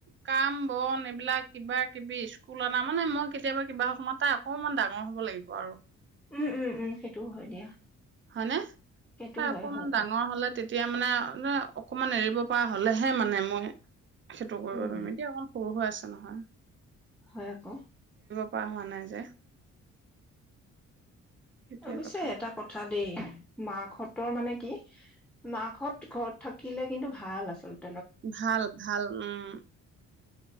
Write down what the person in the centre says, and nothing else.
উম, উম, উম, সেইটোও হয় দিয়া।
সেইটো
হয়
হয়
হয়
উম
হয়, আক।
অৱশ্যে
এটা কথা দ দেই, মাকহতৰ মানে কি। মাকহত ঘৰত থাকিলে কিন্তু ভাল আচল।